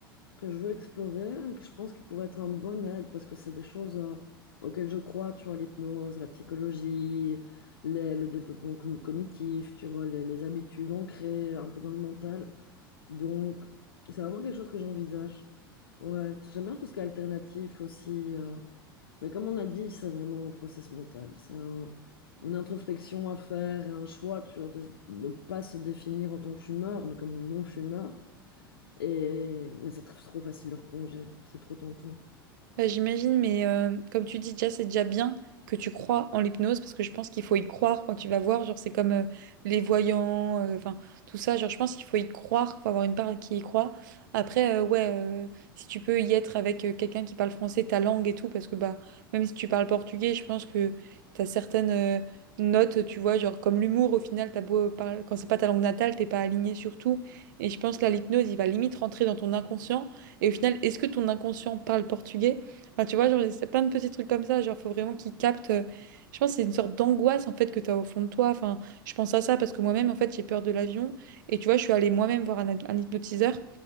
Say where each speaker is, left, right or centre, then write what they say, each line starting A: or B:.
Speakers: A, on the left (about 65°); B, on the right (about 55°).
A: que je veux explorer, que je pense qui pourrait être un bon aide parce que c'est des choses euh, auxquelles je crois, tu vois, l'hypnose, la psychologie, les- le développement con- cognitif, tu vois, les, les habitudes ancrées un peu dans le mental. Donc, c'est vraiment quelque chose que j'envisage. Ouais, j'aime bien tout ce qui est alternatif aussi. euh, Mais comme on a dit, c'est vraiment un process mental. C'est un- une introspection à faire et un choix, tu vois, de ne pas se définir en tant que fumeur, mais comme non-fumeur. Et... Mais c'est tr- trop facile de replonger. C'est trop tentant.
B: Bah, j'imagine, mais euh, comme tu dis déjà, c'est déjà bien que tu crois en l'hypnose parce que je pense qu'il faut y croire quand tu vas voir. Genre, c'est comme euh, les voyants, euh, enfin, tout ça. Genre, je pense qu'il faut y croire, faut avoir une part qui y croit. Après, euh, ouais, euh, si tu peux y être avec euh, quelqu'un qui parle français, ta langue et tout, parce que bah, même si tu parles portugais, je pense que t'as certaines euh, notes, tu vois, genre comme l'humour, au final, t'as beau parler, quand c'est pas ta langue natale, t'es pas aligné sur tout. Et je pense là, l'hypnose, il va limite rentrer dans ton inconscient. Et au final, est-ce que ton inconscient parle portugais? Enfin, tu vois, genre, c'est plein de petits trucs comme ça. Genre, faut vraiment qu'ils captent. euh, Je pense que c'est une sorte d'angoisse, en fait, que tu as au fond de toi. Enfin, je pense à ça parce que moi-même, en fait, j'ai peur de l'avion. Et tu vois, je suis allée moi-même voir un, un hypnotiseur.